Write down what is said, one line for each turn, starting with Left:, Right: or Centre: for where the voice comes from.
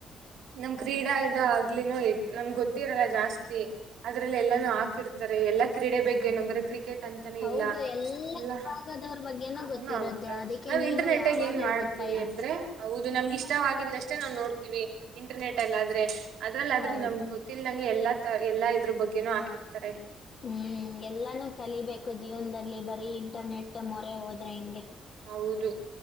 Right: ನಮ್ ಕ್ರೀಡಾ ಇದ ಆಗ್ಲಿನೋ ಇ ನಮ್ಗೆ ಗೊತ್ತಿರಲ್ಲ ಜಾಸ್ತಿ. ಅದ್ರಲ್ಲಿ ಎಲ್ಲಾನು ಹಾಕಿರ್ತಾರೆ ಎಲ್ಲಾ ಕ್ರೀಡೆ ಬಗ್ಗೆ ಏನ ಬ್ರೆ ಕ್ರಿಕೆಟ್. ಅಂತಾನೇ
Left: ಹೌದು
Right: ಇಲ್ಲ
Left: ಎಲ್ಲ
Right: ಇಲ್ಲ
Left: ವಿಭಾಗದವ್ರ ಬಗ್ಗೆನೂ ಗೊತ್ತಿರುತ್ತೆ
Right: ಏನೋ ಆಗ್ತಾರೆ
Left: ಅದಕ್ಕೆ
Right: ನಾವ್
Left: ನೀನು
Right: ಇಂಟರ್ನೆಟ್ಗ
Left: ಯಾವ. ಬದ್ಲು
Right: ಏನ್ ಮಾಡ್ತೀವಿ
Left: ಓದತ ಇರ
Right: ಅಂದ್ರೆ ಹೌದು ನಮ್ಗ ಇಷ್ಟವಾಗಿದನಷ್ಟೇ ನಾವವು ನೋಡ್ತೀವಿ ಇಂಟರ್ನೆಟ್ ಅಲ್ಲಾದ್ರೆ ಅದ್ರಲ್ಲಾದ್ರೆ
Left: ಹೌದು
Right: ನಮ್ಗೆ ಗೊ. ಲ್ ನಂಗೆ ಎಲ್ಲಾ ತ ಎಲ್ಲಾ ಇದ್ರ ಬಗ್ಗೆನೂ ಹಾಕಿರ್ತಾರೆ.
Left: ಹ್ಮ್ ಎಲ್ಲಾನು ಕಲಿಬೇಕು ಜೀವನದಲ್ಲಿ ಬರೀ ಇಂಟರ್ನೆಟ್ ಮೊರೆ ಹೋದ್ರೆ ಹೆಂಗೆ.
Right: ಹೌದು